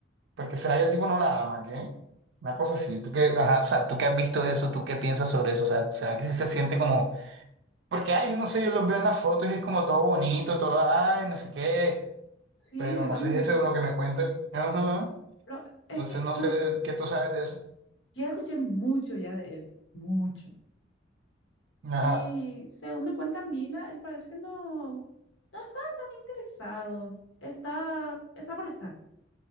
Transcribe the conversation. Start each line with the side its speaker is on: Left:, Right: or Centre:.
Right: Porque será que el tipo no la ama, ¿qué? Una cosa así. ¿Tú qué, ajá, o sea, tú qué has visto de eso? ¿Tú qué piensas sobre eso? O sea, ¿será que sí se siente como... Porque, ay, yo no sé, yo los veo en las fotos y es como todo bonito, todo, ay, no sé qué.
Left: sí,
Right: Pero
Left: yo
Right: no
Left: también.
Right: sé, eso es lo que me cuentan. Ajá.
Left: Pero
Right: Entonces
Left: es que,
Right: no
Left: no
Right: sé
Left: sé,
Right: qué tú sabes de eso.
Left: ya escuché mucho ya de él, mucho.
Right: Ajá.
Left: Y según me cuenta Mila, él parece que no, no está tan interesado, está, está por estar.